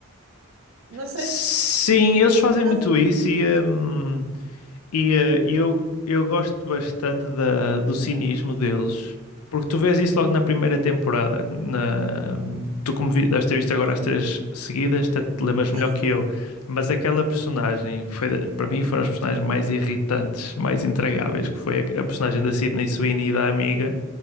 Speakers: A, on the right (about 65°); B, on the left (about 90°).
A: Não sei
B: Sim,
A: se
B: eles fazem
A: estás
B: muito
A: a.
B: isso e, hum, e, eh, e eu, eu gosto bastante da, do cinismo deles, porque tu vês isso logo na primeira temporada. Na, tu, como vi, deves ter visto agora as três seguidas, até te lembras melhor
A: Sim, sim,
B: que eu,
A: sim.
B: mas aquela personagem, foi, da- para mim, foram as personagens mais irritantes, mais intragáveis, que foi a, a personagem da Sydney Sweeney e da amiga.